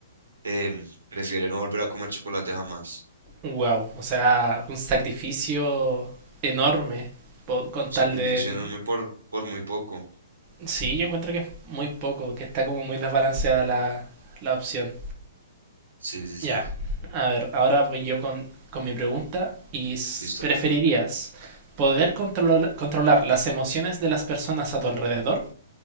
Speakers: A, on the right (about 80°); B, on the right (about 35°).
A: em, prefiere no volver a comer chocolate jamás.
B: Wow, o sea, un sacrificio enorme po- con tal
A: Sacrificio
B: de
A: enorme por, por muy poco.
B: Sí, yo encuentro que es muy poco, que está como muy desbalanceada la, la opción.
A: Sí, sí, sí,
B: Ya, a ver, ahora voy yo con, con mi pregunta. ¿Y s-
A: listo.
B: preferirías poder controlar, controlar las emociones de las personas a tu alrededor